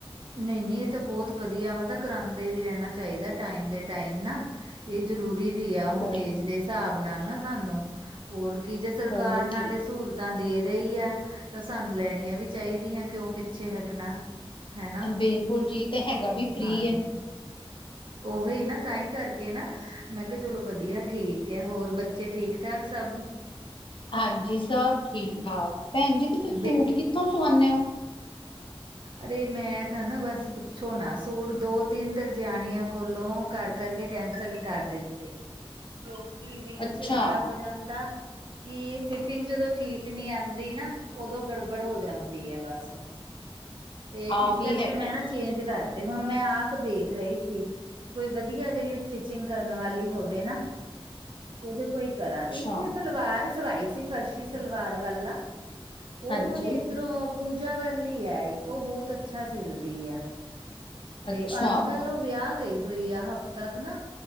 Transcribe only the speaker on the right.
ਨਹੀਂ-ਨਹੀਂ ਇਹ ਤਾਂ ਬਹੁਤ ਵਧੀਆ ਵਾ, ਕਰਾਂਦੇ ਵੀ ਰਹਿਣਾ ਚਾਹੀਦਾ ਟਾਈਮ ਦੇ ਟਾਈਮ ਨਾ। ਇਹ ਜ਼ਰੂਰੀ ਵੀ ਆ ਹੁਣ
ਏਜ ਦੇ ਹਿਸਾਬ ਨਾਲ ਨਾ ਸਾਂਨੂੰ। ਹੋਰ ਕੀ ਜੇ ਸਰਕਾਰ
ਨਾਲ
ਇਹ ਸਹੂਲ ਤਾਂ ਦੇ ਰਹੀ ਆ, ਤਾਂ ਸਾਨੂੰ ਲੈਣੀਆਂ ਵੀ ਚਾਹੀਦੀਆਂ, ਕਿਉਂ ਪਿੱਛੇ ਹਟਣਾ। ਹਨਾ
ਹਾਂਜੀ
ਉਹੀ ਨਾ ਤਾਂ ਹੀ ਕਰਕੇ ਨਾ, ਮੈਂ ਕਿਹਾ ਚਲੋ ਵਧੀਆ ਠੀਕ ਆ, ਹੋਰ ਬੱਚੇ ਠੀਕ ਠਾਕ ਸਭ?
ਬੇ
ਅਰੇ ਮੈਂ ਤਾਂ ਨਾ ਬਸ ਪੁੱਛੋ ਨਾ, ਸੂਟ ਦੋ -ਤਿੰਨ ਦਰਜਆਣੀਆਂ ਕੋਲੋਂ ਕਰ-ਕਰ ਕਰਕੇ ਕੈਂਸਲ ਕਰ ਦਿੱਤੇ, ਕਿਉਂਕਿ ਵਿੱਚ
ਏਦਾਂ ਹੋ ਜਾਂਦਾ ਕੀ ਫਿਟਿੰਗ ਜਦੋਂ ਠੀਕ ਨਹੀਂ ਆਂਦੀ ਨਾ, ਉਦੋਂ ਗੜਬੜ ਹੋ ਜਾਂਦੀ ਹੈ ਬਸ। ਤੇ
ਇਸ
ਕਰਕੇ
ਮੈਂ ਨਾ ਚੇਂਜ ਕਰਤੇ, ਹੁਣ ਮੈਂ ਆਪ ਦੇਖ ਰਹੀ ਸੀ। ਕੋਈ ਵਧੀਆ ਜਿਹੜੀ ਸਟਿਚਿੰਗ ਕਰਨ ਵਾਲੀ ਹੋਵੇ ਨਾ ਉਹਦੇ ਤੋਂ ਹੀ ਕਰਾਂ,
ਇੱਕ ਸਲਵਾਰ ਸਵਾਈ ਸੀ, ਫਰਸ਼ੀ ਸਲਵਾਰ ਵਾਲਾ ਓ
ਹੁਨ ਏਦੱਰੋਂ ਪੂਜਾ ਵਾਲੀ ਐ, ਇਕ ਓ ਬੋਤ ਅੱਛਾ ਸਿਲਦੀ ਐ। ਤੇ
ਆੱਜ-ਕੱਲ ਓ ਵੇਆ ਗਈ ਹੋਈ ਐ, ਹਫ਼ਤਾਕ ਨਾ।